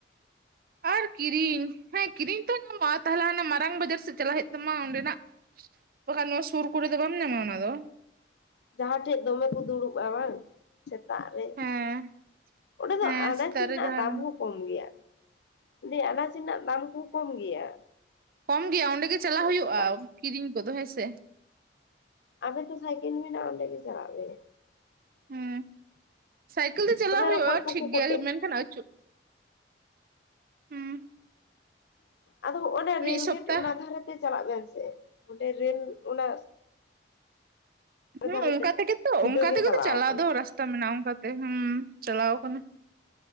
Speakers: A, on the right (about 50°); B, on the left (about 60°).
A: ᱟᱨ ᱠᱤᱨᱤᱧ ᱦᱮᱸ ᱠᱤᱨᱤᱧ ᱛᱮᱦᱚ ᱧᱟᱢᱚᱜ-ᱟ ᱛᱟᱦᱚᱞᱮ ᱦᱟᱱᱟ ᱢᱟᱨᱟᱝ ᱵᱟᱡᱟᱨ ᱥᱮᱫ ᱪᱟᱞᱟᱜ ᱦᱩᱭᱩᱜ ᱛᱟᱢᱟ ᱚᱸᱰᱮᱱᱟᱜ ᱵᱟᱠᱷᱟᱱ ᱱᱚᱣᱟ ᱥᱩᱨ ᱠᱚᱨᱮ ᱫᱚ ᱵᱟᱢ ᱧᱟᱢᱟ ᱚᱱᱟ ᱫᱚ᱾
B: ᱡᱟᱦᱟᱸ ᱴᱷᱮᱡ ᱫᱚᱢᱮ ᱠᱚ ᱫᱩᱲᱩᱵᱼᱟ ᱵᱟᱝ ᱥᱮᱛᱟᱜ ᱨᱮ᱾
A: ᱦᱮᱸ
B: ᱚᱸᱰᱮ ᱫᱚ
A: ᱦᱮᱸ
B: ᱟᱱᱟᱡᱽ
A: ᱥᱮᱛᱟᱜ
B: ᱨᱮᱱᱟᱜ
A: ᱨᱮ ᱡᱟᱦᱟᱸ
B: ᱫᱟᱢ ᱦᱚᱸ
A: ᱫᱚ
B: ᱠᱚᱢ ᱜᱮᱭᱟ᱾ ᱢᱮᱱ ᱫᱤᱧ ᱟᱱᱟᱡ ᱨᱮᱱᱟᱜ ᱫᱟᱢ ᱠᱚ ᱠᱚᱢ ᱜᱮᱭᱟ᱾
A: ᱠᱚᱢ ᱜᱮᱭᱟ ᱚᱸᱰᱮ ᱜᱮ ᱪᱟᱞᱟᱜ ᱦᱩᱭᱩᱜᱼᱟ
B: ᱥᱮᱛᱟᱜ
A: ᱠᱤᱨᱤᱧ ᱠᱚᱫᱚ᱾ ᱦᱮᱸ ᱥᱮ?
B: ᱟᱞᱮ ᱫᱚ ᱥᱟᱭᱠᱮᱞ ᱢᱮᱱᱟᱼᱟ ᱚᱸᱰᱮ ᱜᱮ ᱪᱟᱞᱟᱜ ᱟᱞᱮ᱾
A: ᱦᱮᱸ ᱥᱟᱭᱠᱮᱞ ᱛᱮ ᱪᱟᱞᱟ ᱦᱩᱭᱩᱜᱼᱟ
B: ᱨᱚᱠᱚᱡ ᱠᱚᱠᱚ
A: ᱴᱷᱤᱠ
B: ᱠᱚᱴᱮᱡ
A: ᱜᱮᱭᱟ᱾ ᱢᱮᱱᱠᱷᱟᱱ ᱟᱹᱪᱩᱨ ᱦᱩᱸ
B: ᱟᱫᱚ ᱚᱱᱟ ᱨᱮᱹᱞ
A: ᱢᱤᱫ ᱥᱚᱯᱛᱟ
B: ᱜᱮᱴ ᱚᱱᱟ ᱫᱷᱟᱨᱮᱛᱮ ᱪᱟᱞᱟᱜ ᱵᱮᱱ ᱥᱮ ᱚᱸᱰᱮ ᱨᱮᱹᱞ ᱚᱱᱟ
A: ᱦᱩᱸᱢ
B: ᱫᱷᱟᱨᱮ
A: ᱚᱱᱠᱟ
B: ᱛᱮ
A: ᱛᱮᱜᱮ ᱛᱚ
B: ᱥᱤᱫᱟᱹ
A: ᱚᱱᱠᱟ
B: ᱜᱮ
A: ᱛᱮᱜᱮᱛᱚ ᱪᱟᱞᱟᱣ
B: ᱠᱟᱱᱟ
A: ᱫᱚ ᱨᱟᱥᱛᱟ ᱢᱮᱱᱟᱜᱼᱟ ᱚᱱᱠᱟᱛᱮ ᱦᱩᱸᱢ ᱪᱟᱞᱟᱣ ᱠᱟᱱᱟ᱾